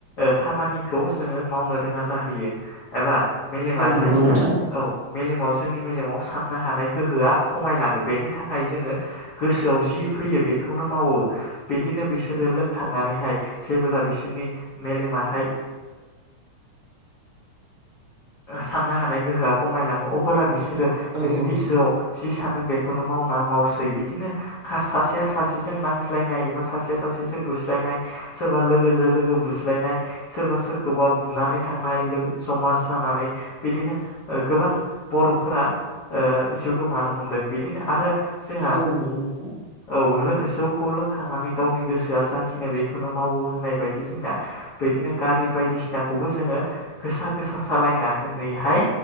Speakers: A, on the left; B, on the right.
A: खामानिखौ जोङो मावनो रोङा जाहैयो एबा मेलेमहाय
B: औ नंगौ नोंथां
A: औ मेलेमाव जोंनि मेलेमाव साननो हानाय। गोहो खमायलाङो बेनि थाखाय जोङो गोसोआव जि फैयो बेखौनो मावो बिदिनो बिसोरो लोंखांनानैहाय जेबोब्ला बिसोरनि मेलेमाहाय साननो हानाय गोहोआ खमायलाङो अबोला बिसोर गोसोआव
B: औ औ
A: जि सानो बेखौनो माव मावसै बिदिनो सासेया सासेजों नांज्लायनाय एबा सासेया सासेजों बुज्लायनाय बुज्लायनाय सोरबा लोगोजों लोगो बुज्लायनाय सोरबा सोरखौबा बुनानै थांनाय लोगो जमा जानानै बिदिनो गोबां बर'फोरा जिउ गोमानो हमदों बिदिनो आरो जोंहा
B: औ नंगौ नोंथां
A: औ जौखौ लोंखांनानै गावनि गोसोआ जा थिनो बेखौनो मावो होननाय बायदि जोंना बिदिनो गारि बायदिसिनाखौबो जोङो- गोसा गोसा सालायना होनानैहाय